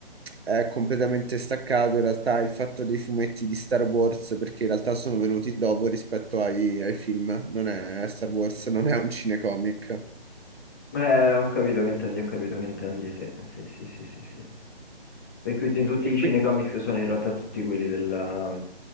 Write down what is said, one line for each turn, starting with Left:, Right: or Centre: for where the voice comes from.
Right: è completamente staccato in realtà il fatto dei fumetti di Star Wars, perché in realtà sono venuti dopo rispetto ai, ai film. Non è Star Wars, non è un cinecomic.
Left: Eh, ho capito che intendi, ho capito che intendi, sì, sì, sì, sì, sì. sì. E quindi tutti
Right: E
Left: i
Right: quindi
Left: cinecomics sono in realtà tutti quelli del,